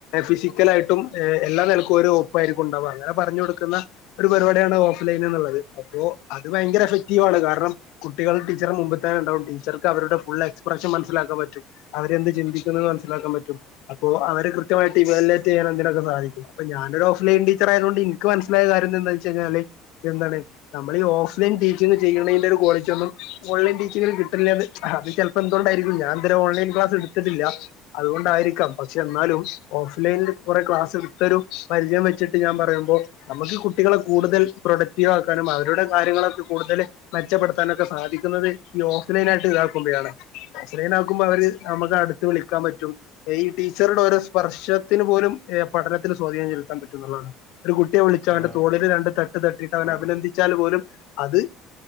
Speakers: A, on the left; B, in the centre.
A: ഫിസിക്കലായിട്ടും എല്ലാ നെലക്കും ഒരു ഓപ്പായിരിക്കും ഉണ്ടാവ. അങ്ങനെ പറഞ്ഞു കൊടുക്കുന്ന ഒരു പരിപാടിയാണ് ഓ ഫ് ലൈനുള്ളത്. അപ്പോഅത് ഭയങ്കര എഫക്റ്റീവ് ആണ്. കാരണം കുട്ടികൾ ടീച്ചറെ മുമ്പ് തന്നെ ഉണ്ടാവും ടീച്ചർക്ക് അവരുടെ ഫുൾ എക്സ്പ്രഷൻ മനസിലാക്കാൻ പറ്റും അവരെന്ത് ചിന്തി ഇതിൽ നിന്ന് മനസ്സിലാക്കാൻ പറ്റും അപ്പോ അവരെ കൃത്യമായിട്ട് ഇവലേറ്റ് ചെയ്യാ എന്തിനൊക്കെ സാഹായിക്കും അപ്പോ ഞാനൊരു ഓഫ് ലൈൻ ടീച്ചർ ആയത് കൊണ്ട് ഇൻക്ക് മനസ്സിലായ കാര്യം എന്താണ് വെച്ച് കഴിഞ്ഞാല് എന്താണ് നമ്മള് ഈ ഓഫ്ലൈൻ ടീച്ചിങ് ചെയ്യുന്നതിന്റെ ഒരു ക്വാളിറ്റി ഒന്നും ഓൺലൈൻ ടീച്ചിങ്ങിൽ കി അത് ചെലപ്പോ എന്തൊണ്ടായിരിക്കും ഞാൻ ഇത് വരെ ഓൺലൈൻ ക്ലാസ് എടുത്തിട്ടില്ല അതുകൊണ്ടായിരിക്കാം പക്ഷെ എന്നാലും ഓഫ്ലൈനിൽ കൊറേ ക്ലാസ് എടുത്തെരും പരിചയം വെച്ചിട്ട് ഞാൻ പറയുമ്പോ നമ്മക്ക് കുട്ടികളെ കൂടുതൽ പ്രൊഡക്റ്റീവ് ആക്കാനും അവരുടെ കാര്യങ്ങളൊക്കെ കൂടുതല് മെച്ചപ്പെടുത്താനൊക്കെ സാധിക്കുന്നത് ഈ ഓഫ്ലൈനായിട്ട് ഇതാ കുട്ടികളെ ഓഫ് ലൈനാക്കുമ്പോ അവര് നമുക്ക് അടുത്ത് വിളിക്കാൻ പറ്റും ഈ ടീച്ചറുടെ ഓരോ സ്പർശത്തിന് പോലും പഠനത്തിന് സ്വാധീനം ചെലുത്താൻ പറ്റുന്നതാണ് ഒരു കുട്ടിയെ വിളിച്ചാണ്ട്
B: ആഹ് ആഹ്
A: തോളില് രണ്ട് തട്ട് തട്ടിട്ടാണ്ട് അവനെ
B: ആഹ്
A: അഭിനന്ദിച്ചാൽ പോലും അത്